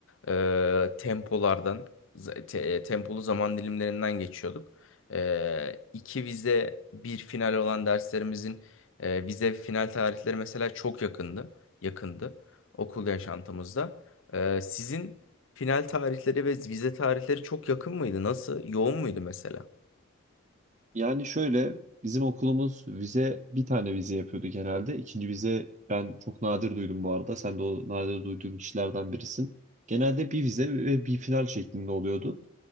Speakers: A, on the left; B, on the right.
A: e, tempolardan, z- te- e, tempolu zaman dilimlerinden geçiyorduk. E, iki vize, bir final olan derslerimizin e, vize final tarihleri mesela çok yakındı, yakındı okul yaşantımızda. E, sizin final tarihleri ve vize tarihleri çok yakın mıydı? Nasıl? Yoğun muydu mesela?
B: Yani şöyle bizim okulumuz vize bir tane vize yapıyordu genelde. İkinci vize ben çok nadir duydum bu arada. Sen de o nadir duyduğum kişilerden birisin. Genelde bir vize ve bir final şeklinde oluyordu.